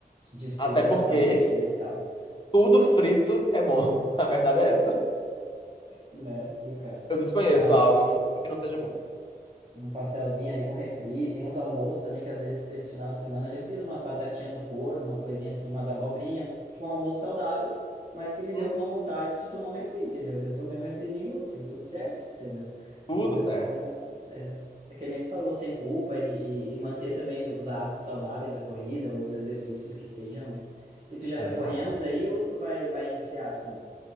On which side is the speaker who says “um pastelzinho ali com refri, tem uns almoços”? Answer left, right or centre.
Right